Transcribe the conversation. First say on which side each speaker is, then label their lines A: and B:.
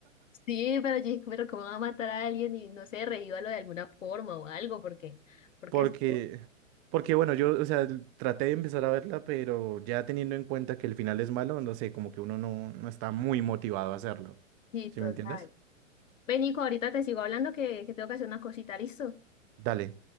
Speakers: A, on the left; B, on the right.
A: Sí, pero yo dije, pero ¿cómo va a matar a alguien? Y no sé, reívalo de alguna forma o algo, porque, porque
B: Porque,
A: si no,
B: porque bueno, yo, o sea, l- traté de empezar a verla, pero ya teniendo en cuenta que el final es malo, no sé, como que uno no, no está muy motivado a hacerlo.
A: sí,
B: ¿Sí
A: total.
B: me entiendes?
A: Ven, Nico, ahorita te sigo hablando que, que tengo que hacer una cosita, ¿listo?
B: Dale.